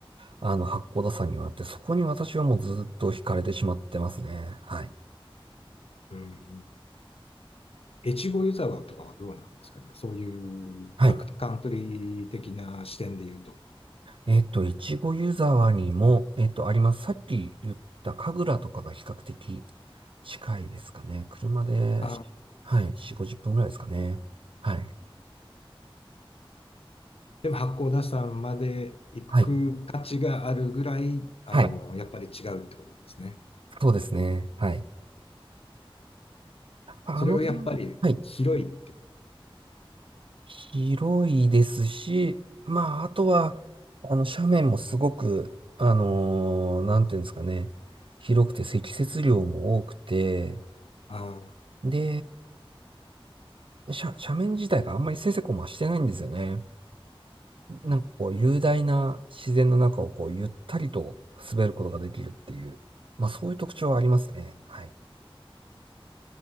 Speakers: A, on the right; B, on the left.
A: あの、八甲田山にはあって、そこに私はもうずっと惹かれてしまってますね。はい。
B: うん。越後湯沢とかはどうなんですかねそういうバックカントリー的な視点で言うと。
A: はい。えっと、いちご湯沢にも、えっと、あります。さっき言った神楽とかが比較的近いですかね。車で、
B: あ、
A: しはい、4、50分ぐらいですかね。はい。
B: でも八甲田山まで行く価値があるぐらい、
A: はい。
B: あの、
A: はい。
B: やっぱり違うってことなんですね。
A: そうですね。はい。あの辺、
B: それはやっぱり広いってこと
A: はい。広いですし、まあ、あとは、あの、斜面もすごく、あのーなんていうんですかね。広くて積雪量も多くて、
B: ああ、
A: で、斜、斜面自体があんまりせせこましてないんですよね。なんかこう雄大な自然の中をこうゆったりと滑ることができるっていう、
B: うん
A: まあそういう特徴はありますね。はい。